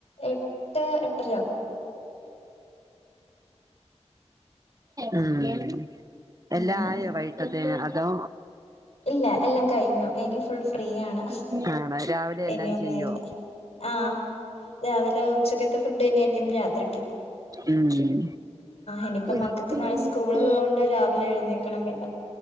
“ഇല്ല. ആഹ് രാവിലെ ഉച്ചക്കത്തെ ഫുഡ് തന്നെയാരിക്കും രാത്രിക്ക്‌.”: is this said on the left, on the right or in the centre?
Left